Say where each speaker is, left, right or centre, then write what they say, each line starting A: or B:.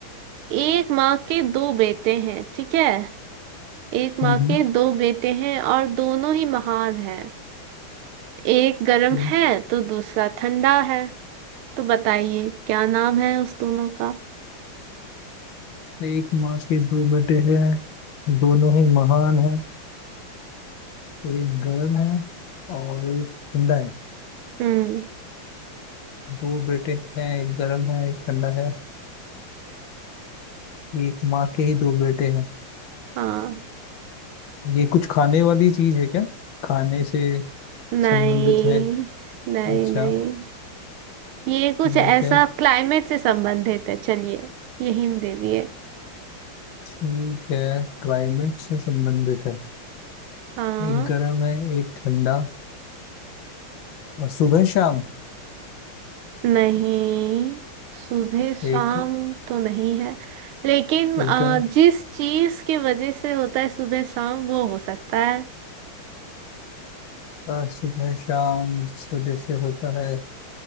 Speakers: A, on the right (about 80°); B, on the left (about 65°).
A: एक माँ के दो बेटे हैं ठीक है एक माँ
B: हम्म
A: के दो बेटे हैं और दोनों ही महान हैं एक गर्म
B: हम्म,
A: है तो दूसरा ठंडा है तो बताइए क्या नाम है उस दोनों का
B: एक एक माँ के दो बेटे हैं दोनों ही महान हैं एक गर्म है और एक ठंडा है
A: हम्म
B: दो बेटे हैं एक गर्म है एक ठंडा है एक माँ के ही दो बेटे हैं
A: हाँ
B: ये कुछ खाने वाली चीज है क्या खाने से
A: नहीं
B: संबंधित है
A: नहीं
B: अच्छा
A: नहीं ये कुछ
B: ठीक
A: ऐसा
B: है
A: क्लाइमेट से संबंधित है चलिए ये हिंट दे दिए
B: ठीक है क्लाइमेट से संबंधित है
A: हाँ
B: एक गर्म है एक ठंडा और सुबह शाम
A: नहीं सुबह
B: एक
A: शाम तो नहीं है लेकिन
B: एक
A: अ,
B: गर्म
A: जिस चीज की वजह से होता है सुबह शाम वो हो सकता है
B: और सुबह शाम जिस वजह से होता है